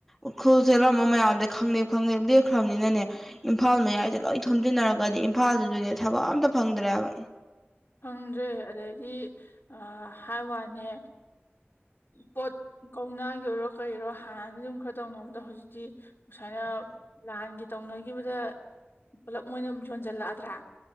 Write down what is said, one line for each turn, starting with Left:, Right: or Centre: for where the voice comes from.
Centre: ꯎꯈꯨꯜ ꯆꯦꯠꯂꯝꯕ ꯃꯌꯥꯝꯁꯦ ꯈꯪꯗꯦ ꯈꯪꯗꯦ ꯂꯦꯛꯞꯈ꯭ꯔꯕꯅꯤꯅꯅꯦ ꯏꯝꯐꯥꯜ ꯃꯌꯥꯏꯁꯦ ꯂꯣꯏ ꯊꯣꯝꯖꯤꯟꯅꯔꯒꯗꯤ ꯏꯝꯐꯥꯜꯗꯨꯗꯨꯅꯦ ꯊꯕꯛ ꯑꯝꯇ ꯐꯪꯗ꯭ꯔꯦꯕ
Left: ꯐꯪꯗ꯭ꯔꯦ ꯑꯗꯩꯗꯤ ꯍꯥꯏ ꯋꯥꯅꯦ ꯄꯣꯠ ꯀꯧꯅꯥꯒꯤ ꯑꯣꯏꯔꯣ ꯀꯩꯔꯣ ꯍꯥꯟꯅ ꯑꯗꯨꯝ ꯈꯔ ꯇꯧꯅꯕꯗ ꯍꯧꯖꯤꯛꯇꯤ ꯁꯨꯁꯥꯏꯅ ꯂꯥꯟꯒꯤ ꯇꯧꯅꯈꯤꯕꯗ ꯄꯨꯂꯞ ꯃꯣꯏꯅ ꯌꯣꯟꯁꯤꯜꯂꯛꯑꯗ꯭ꯔꯥ